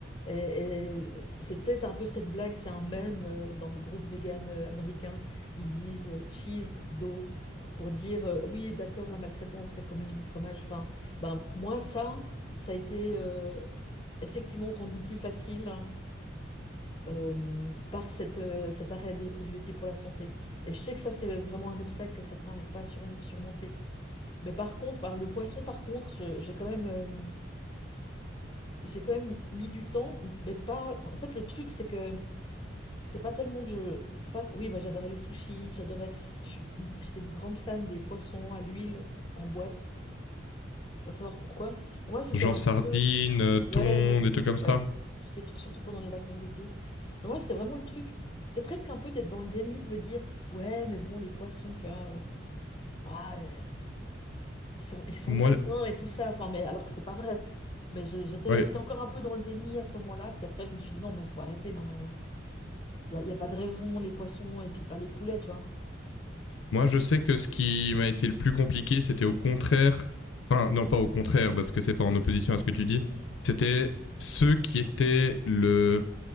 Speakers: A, on the left (about 25°); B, on the left (about 75°).
A: et, et c'est tu sais, c'est un peu cette blague, c'est un mème euh, dans les groupes véganes euh, américains. Ils disent euh, cheese, do pour dire euh, oui, d'accord, la maltraitance, mais quand même le fromage. Enfin, ben, moi, ça, ça a été euh, effectivement rendu plus facile hein, euh, par cette, euh, cet arrêt des produits laitiers pour la santé. Et je sais que ça, c'est vraiment un obstacle que certains n'arrivent pas à surm- surmonter. Mais par contre, par le poisson, par contre, je- j'ai quand même, euh, j'ai quand même mis du temps, mais pas. enfin, en fait, le truc, c'est que c'est pas tellement que je, c'est pas. que- Oui, bah, j'adorais les sushis, j'adorais. je suis- J'étais une grande fan des poissons à l'huile en boîte. On va savoir pourquoi. Mais moi, c'était
B: Genre
A: un petit
B: sardines,
A: peu. Ouais,
B: thon,
A: ouais,
B: des trucs comme ça.
A: ouais. Tous ces trucs, surtout pendant les vacances d'été. Mais moi, c'était vraiment le truc. C'est presque un peu d'être dans le déni, de me dire, ouais, mais bon, les poissons, tu vois. euh, ah, euh, Ils sont, ils sont
B: Moi
A: triens et tout ça, enfin, mais alors que c'est pas vrai. Mais j'ai- j'étais,
B: ouais,
A: j'étais encore un peu dans le déni à ce moment-là. Puis après, je me suis dit non, mais faut arrêter maintenant. euh. Il n'y a, y a pas de raison, les poissons et puis pas les poulets, tu vois.
B: moi je sais que ce qui m'a été le plus compliqué c'était au contraire enfin non pas au contraire parce que c'est pas en opposition à ce que tu dis, c'était ceux qui étaient le